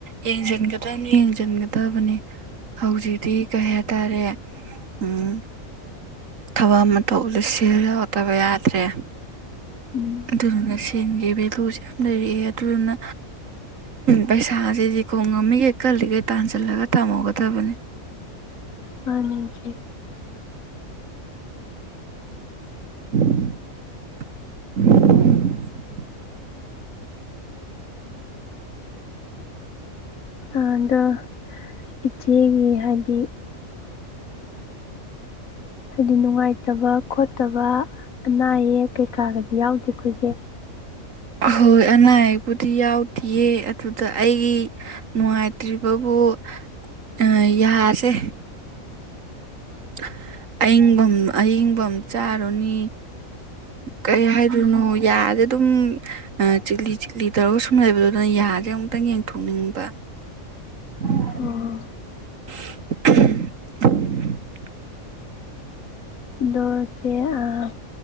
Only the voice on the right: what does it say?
ꯌꯦꯡꯁꯤꯟꯒꯗꯕꯅꯤ ꯌꯦꯡꯁꯤꯟꯒꯗꯕꯅꯤ ꯍꯧꯖꯤꯛꯇꯤ ꯀꯩ ꯍꯥꯏꯇꯥꯔꯦ ꯎꯝ ꯊꯕꯛ ꯑꯃ ꯇꯧ ꯎꯠꯂꯁꯤ ꯌꯥꯎꯗꯕ ꯌꯥꯗ꯭ꯔꯦ
ꯑꯗꯨꯗꯨꯅ ꯁꯦꯟꯒꯤ ꯚꯦꯂꯨꯁꯦ ꯌꯥꯝ ꯂꯩꯔꯛꯑꯦ ꯑꯗꯨꯗꯨꯅ ꯄꯩꯁꯥꯁꯤꯗꯤ ꯈꯣꯡ ꯉꯝꯃꯤꯈꯩ ꯀꯜꯂꯤꯈꯩ ꯇꯥꯟꯁꯤꯜꯂꯒ ꯇꯝꯍꯧꯒꯗꯕꯅꯤ
<inaudible>
ꯑꯍꯣꯏ ꯑꯅꯥ ꯑꯌꯦꯛꯕꯨꯗꯤ ꯌꯥꯎꯗꯌꯦ ꯑꯗꯨꯗ ꯑꯩꯒꯤ ꯅꯨꯡꯉꯥꯏꯇ꯭ꯔꯤꯕꯕꯨ ꯑꯣ ꯑ ꯌꯥꯁꯦ <inaudible> ꯑꯌꯤꯡꯕ ꯑꯌꯤꯡꯕꯝ ꯆꯥꯔꯨꯅꯤ ꯀꯩ ꯍꯥꯏꯔꯨꯅꯣ ꯌꯥꯗ ꯑꯗꯨꯝ ꯆꯤꯛꯂꯤ ꯆꯤꯛꯂꯤ ꯇꯧꯔꯒ ꯁꯨꯝ ꯂꯩꯕꯗꯣ ꯑꯗꯨꯅ ꯌꯥꯁꯦ ꯑꯃꯨꯛꯇꯪ ꯌꯦꯡꯊꯣꯛꯅꯤꯡꯕ <inaudible>